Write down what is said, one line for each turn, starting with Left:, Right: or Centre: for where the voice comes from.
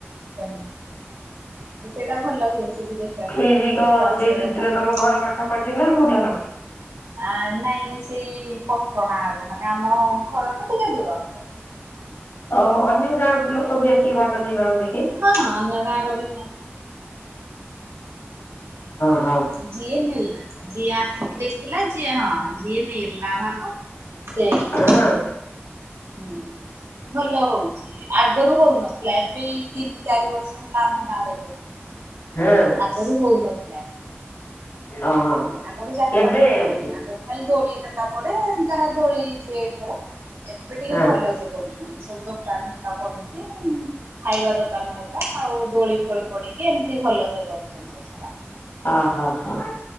Right: <unintelligible> ସେଇଟା ଭଲ ହୁଏ। ସେଠି ଦେଖିବାକୁ
Left: ଫ୍ରିଜ୍ କଁ
Right: ସମସ୍ତେ
Left: ଯିଏ ଜିତିଲେ,
Right: ଦେଖାନ୍ତି।
Left: ତମ ଘର ପାଖାପାଖି ନା କୋଉଠାର?
Right: ଆ ନାଇଁ ସେଇ ପଠଣା ଆଡୁ ମାନେ ଆମ ଘରଠୁ ଟିକେ ଦୂର। <inaudible>
Left: <unintelligible> ଅନ୍ୟ ଗାଁ ଲୋକ ବି ଆସିକି ଭାଗ ନେଇ ପାରନ୍ତି କି
Right: ହଁ ଅନ୍ୟ ଗାଁ ର ବି ନିଅନ୍ତି।
Left: ହଁ।
Right: ଯିଏ ନେଲା ଯିଏ ଆସିକି ଦେଖିଲା, ଯିଏ ହଁ ଯିଏ ନେଲା ଭାଗ। ସେଇକଥା।
Left: ହଁ
Right: ହୁଁ। ଭଲ ହଉଚି ଆଗରୁ ହଉନଥିଲା, ଏବେ ଏଇ ତିନି ଚାରି ବର୍ଷ ହେଲା ଆମ ଗାଁରେ <unintelligible>
Left: ହଁ
Right: ଆଗରୁ ହୋଉନଥ୍
Left: ଓହୋ
Right: ଆଗରୁ ଯାତ୍ରା
Left: ଏବେ
Right: ଭଳି ହୁଏନି,
Left: ହଉଛି
Right: ଆଗରୁ ଖାଲି ଦୋଳି ହେର୍କା ପଡେ ଯାହା ଦୋଳି ଯିଏ ଖେଳେ, ଏବେ ଟିକେ
Left: ହଁ
Right: ଭଲ ସେ କରୁଛନ୍ତି। ସବୁ ଦୋକାନ ହେରିକା ପଡ଼ୁଚି ଉମ୍ ଖାଇବା ଦୋକାନ ୟା ଆଉ ଦୋଳି ଫୋଳି ପଡିକି, ଏମିତି ଭଲ ସେ କରୁଛନ୍ତି ଏଥର।
Left: ହଁ ହଁ ହଁ।